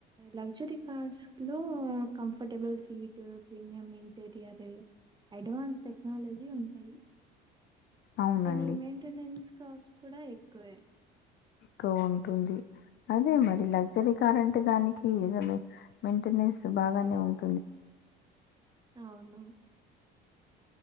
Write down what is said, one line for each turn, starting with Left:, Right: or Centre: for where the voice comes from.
Right: లక్జరి కార్స్ లో comfortable seat premium interior advance technology ఉంటయి
Left: అవునండి
Right: కానీ మెంటెనెన్స్ కాస్ట్ కూడా ఎక్కువే
Left: కోవ ఉంటుంది అదే మరి లగ్జరీ కార్ అంటే దానికి ఏదో మెంటెనెన్స్ బాగానే ఉం <inaudible>
Right: అవును